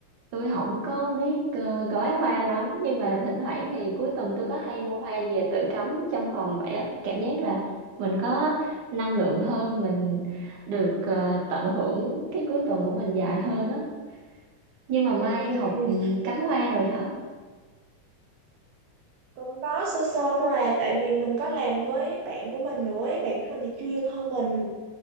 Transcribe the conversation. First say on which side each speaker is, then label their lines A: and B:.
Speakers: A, on the right; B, on the right.
A: tôi không có biết ờ, gói hoa lắm nhưng mà thỉnh thoảng thì cuối tuần tôi có hay mua hoa về tự cắm trong phòng vậy á cảm giác là mình có năng lượng hơn mình được ờ, tận hưởng cái cuối tuần của mình dài hơn á nhưng mà Mai
B: Ừm,
A: học ừm, cắm hoa rồi hả?
B: cũng có sơ sơ thôi à tại vì mình có làm với bạn của mình nữa ấy. bạn của mình thì chuyên hơn mình